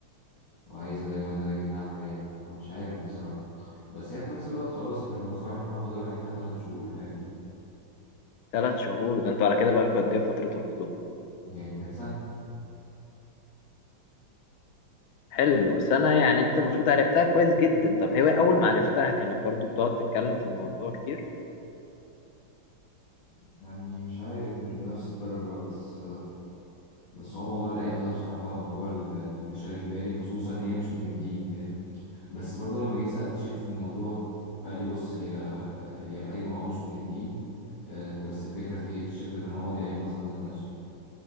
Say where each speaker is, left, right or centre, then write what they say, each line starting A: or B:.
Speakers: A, on the left (about 55°); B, on the left (about 80°).
A: وعايزه دايما ان انا اجيب لها حاجات انا مش عارف بصراحه بس هي في نفس الوقت خلاص احنا المفروض فرحنا فاضل عليه بتاع تلات شهور فاهم
B: ثلاث شهور ده انتوا على كده بقالكوا قد ايه في فتره الخطوبه
A: يعني كانت سنه
B: حلو سنه يعني انت المفروض عرفتها كويس جدا طب هي اول ما عرفتها كانت برضو بتقعد تتكلم في الموضوع كتير
A: يعني مش عارف مش بنفس الدرجه بس بس هو موضوع القايمه ده بصراحه هو ال- اللي شاغل بالي خصوصا ان هي مش من الدين فاهم بس برضو لما جيت سألت شيخ في الموضوع قال لي بص هي هي القايمة اه مش من الدين آه، بس الفكرة في ايه الشيخ ده كان هو ماضي قايمة اصلا ذات نفسه